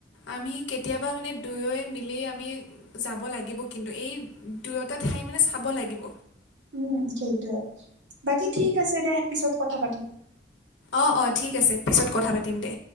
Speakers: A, on the left; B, on the right.
A: আমি কেতিয়াবা মানে দুয়ই মিলি আমি যাব লাগিব কিন্তু এই দুয়োটা ঠাই মানে চাব লাগিব।
B: উম সেইটোয়ে। বাকী ঠিক আছে দে পিছত কথা পাতিম।
A: অ অ ঠিক আছে, পিছত কথা পাতিম দে।